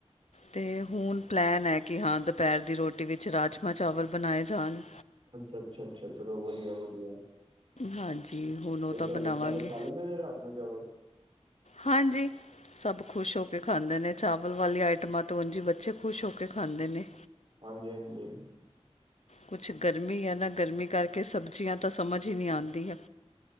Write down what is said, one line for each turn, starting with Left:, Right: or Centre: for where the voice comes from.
Left: ਤੇ ਹੁਨ ਪਲੈਨ ਐ ਕੇ ਹਾਂ ਦੁਪੈਰ ਦੀ ਰੋਟੀ ਵਿੱਚ ਰਾਜਮਾਂਹ ਚਾਵਲ ਬਨਾਏ ਜਾਨ।
Right: ਅੱਛਾ-ਅੱਛਾ-ਅੱਛਾ ਚਲੋ ਵਦੀਆ-ਵਦੀਆ।
Left: ਹਾਂਜੀ ਹੁਣ ਉਹ
Right: ਤੇ
Left: ਤਾਂ
Right: ਤੁਆਡੇ
Left: ਬਣਾਵਾਂਗੇ
Right: ਘਰ ਖਾ ਲੈਂਦੇ ਨੇ ਰਾਜਮਾਂਹ ਚਾਵਲ।
Left: ਹਾਂਜੀ। ਸਬ ਖੁਸ਼ ਹੋ ਕੇ ਖਾਂਦੇ ਨੇ ਚਾਵਲ ਵਾਲੀ ਆਈਟਮਾਂ ਤਾਂ ਉਂਝ ਈ ਬੱਚੇ ਖੁਸ਼ ਹੋ ਕੇ ਖਾਂਦੇ ਨੇ।
Right: ਹਾਂਜੀ-ਹਾਂਜੀ।
Left: ਕੁਛ ਗਰਮੀਂ ਐ ਨਾ ਗਰਮੀਂ ਕਰਕੇ ਸਬਜ਼ੀਆਂ ਤਾਂ ਸਮਝ ਈ ਨੀ ਆਂਦੀਆਂ।